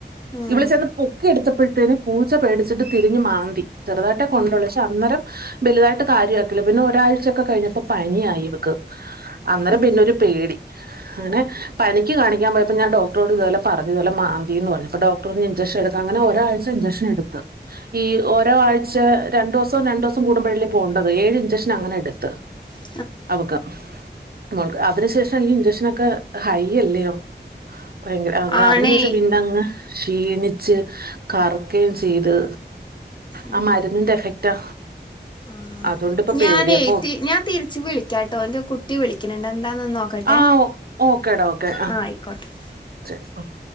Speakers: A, on the left (about 25°); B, on the right (about 60°).
A: ഉം
B: ഇവള് ചെന്ന് പൊക്കി എടുത്തപ്പഴുത്തേനും പൂച്ച പേടിച്ചിട്ട് തിരിഞ്ഞ് മാന്തി ചെറുതായിട്ടെ കൊണ്ടോള് പക്ഷെ അന്നരം വലുതായിട്ട് കാര്യക്കില്ല പിന്നെ ഒരാഴ്ചൊക്കെ കഴിഞ്ഞപ്പോ പനിയായി ഇവക്ക് അന്നേരം
A: ഉം
B: പിന്നൊരു പേടി അങ്ങനെ പനിക്ക് കാണിക്കാൻ പോയപ്പോ ഞാൻ ഡോക്ടറോട് ഇതുപോലെ പറഞ്ഞു ഇതുപോലെ മാന്തി എന്ന് പറഞ്ഞ് അപ്പോ ഡോക് ഇഞ്ചെക്ഷൻ എടുക്കാൻ അങ്ങനെ ഒരാഴ്ച ഇൻഞ്ചക്ഷൻ എടുത്ത് ഈ ഓരോ ആഴ്ച രണ്ടോസം രണ്ടോസം കൂടുമ്പഴല്ലേ പോവണ്ടത് ഏഴ് ഇഞ്ചക്ഷൻ അങ്ങനെ എടുത്ത്
A: ആ
B: അവക്ക് മോൾക്ക് അതിനുശേഷം ഈ ഇഞ്ചക്ഷനൊക്കെ ഹൈ അല്ലയോ ഭയങ്കര അങ്ങനെ
A: ആണേ
B: അതിനു ശേഷം പിന്നങ്ങ് ക്ഷീണിച്ച് കറു ക്കേം ചെയ്ത്
A: ഉം
B: ആ മരുന്നിന്റെ എഫക്റ്റാ
A: ആഹ്
B: അതുകൊണ്ടിപ്പ
A: ഞാനേ
B: പേടിയാ അപ്പൊ
A: ഞാൻ തിരിച്ച് വിളിക്കാ ട്ടോ എന്റെ കുട്ടി വിളിക്കണണ്ട് എന്താന്ന് ഒന്ന് നോക്കട്ടെ
B: ആഹ് ഓക്കേടാ ഓക്കെ
A: ആഹ് ആയിക്കോട്ടെ
B: ശരി ആഹ്